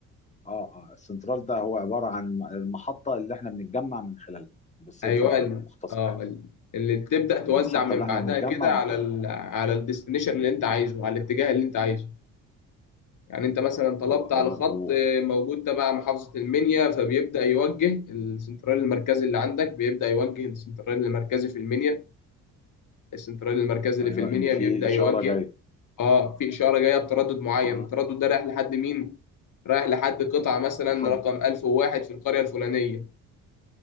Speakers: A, on the left (about 20°); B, on the left (about 60°).
A: اه اه السنترال ده هو عبارة عن المحطة اللي احنا بنتجمع من خلالها بصفة
B: ايوه ال-
A: مختصرة
B: اه
A: يعني
B: ال- اللي تبدا
A: يعني
B: توزع
A: المحطة
B: من
A: اللي احنا
B: بعدها
A: بنتجمع
B: كده
A: من
B: على
A: خلالها
B: ال على الديستنيشن اللي انت عايزه على الاتجاه اللي انت عايزه يعني انت مثلا طلبت
A: و... و...
B: على خط
A: و...
B: آه، موجود تبع محافظه المنيا فبيبدا يوجه السنترال المركزي اللي عندك بيبدا يوجه السنترال المركزي في المنيا السنترال المركزي اللي
A: ايوه
B: في المنيا
A: ان في
B: بيبدا
A: اشاره
B: يوجه
A: جايه
B: اه في اشاره جايه بتردد معين
A: اه
B: التردد ده رايح لحد مين رايح لحد قطعه مثلا
A: لحد
B: رقم 1001 في القريه الفلانيه